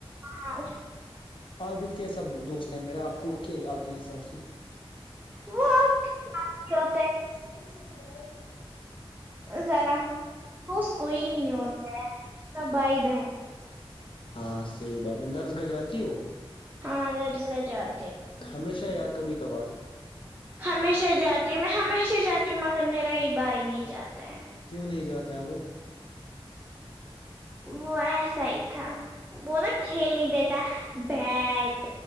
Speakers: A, on the right; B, on the left.
A: ہاں
B: آپ ات کی سب دوست ہیں میرا آپ کو کیا آپ کے حساب سے
A: وہ آپ
B: <inaudible>
A: ساتھ ہی ہوتا ذرا تووس کوئی نہیں ہوتا ہے سب بھائی بہن
B: ہاں صحیح بات ندرز گاہ جاتی ہو
A: ہاں گھرس گجات
B: ہمیشہ یا کبھی کبھار
A: ہمیشہ جاتی ہوں میں ہمیشہ جاتی ہوں مگر میرا ہی بھائی نہیں جاتا ہے
B: کیوں نہیں جاتا ہے وہ
A: وسا ہی تھا وہلا کھیل نہیں گئے تھا بیٹ